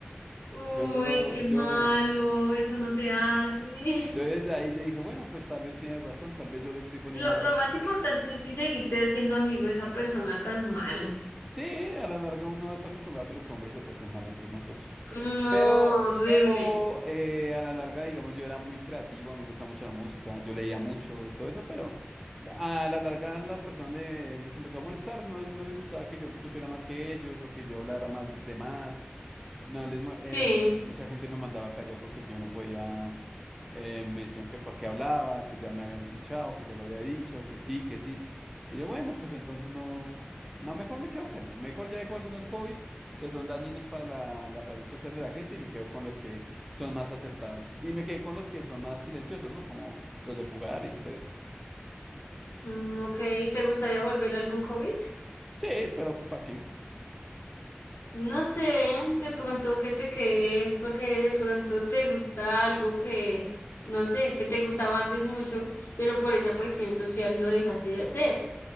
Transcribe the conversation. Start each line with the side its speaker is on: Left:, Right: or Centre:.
Left: Uy,
Centre: Yo,
Left: qué malo.
Centre: yo,
Left: Eso no se hace.
Centre: yo
Left: <laughs>
Centre: desde ahí yo dije, bueno, pues tal vez tiene razón, tal vez yo le estoy poniendo
Left: Lo,
Centre: más.
Left: lo más importante es si seguiste siendo amigo de esa persona tan mala.
Centre: Sí, a la larga uno está acostumbrado a que los hombres se traten mal entre nosotros.
Left: No,
Centre: Pero,
Left: horrible.
Centre: pero eh, a la larga, digamos, yo era muy creativo, a mí me gusta mucho la música, yo leía mucho, todo eso, pero a la larga las personas le- les empezó a molestar, no, les- no les gustaba que yo supiera más que ellos o que yo hablara más de más. No, les, ma- eh,
Left: Sí.
Centre: mucha gente me mandaba a callar porque yo no podía, eh, me decían que para qué hablaba, que ya me habían escuchado, que ya lo había dicho, que sí, que sí. Y yo, bueno, pues entonces no, no, mejor me quedo callado, mejor ya dejo algunos hobbies que son dañinos para la, la salud social de la gente y me quedo con los que son más aceptados. Y me quedé con los que son más silenciosos, ¿no? Como los de jugar y hacer eso.
Left: Mm, Ok, ¿te gustaría volver a algún hobby?
Centre: Sí, pero ¿para qué?
Left: No sé, de pronto que te quede, porque de pronto te gusta algo que, no sé, que te gustaba antes mucho, pero por esa presión social lo dejaste de hacer.